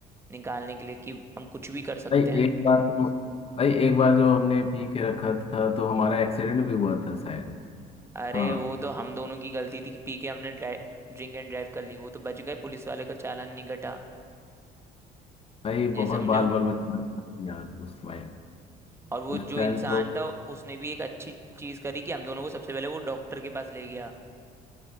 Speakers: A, on the right (about 15°); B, on the left (about 35°).
A: निकालने के लिए कि हम कुछ भी कर सकते
B: भाई
A: हैं
B: एक बार तो भाई एक बार जो हमने पी के रखा था तो हमारा एक्सीडेंट भी हुआ था शायद
A: अरे
B: हाँ
A: वो तो हम दोनों की गलती थी कि पी के हमने ड्रिंक एंड ड्राइव कर ली वो तो बच गए पुलिस वाले का चालान नहीं कटा
B: भाई
A: ये
B: बहुत
A: समझो
B: बाल बाल बच्चे यार उस टाइम
A: और वो
B: उस
A: जो
B: टाइम
A: इंसान
B: तो
A: था उसने भी एक अच्छी चीज करी कि हम दोनों को सबसे पहले वो डॉक्टर के पास ले गया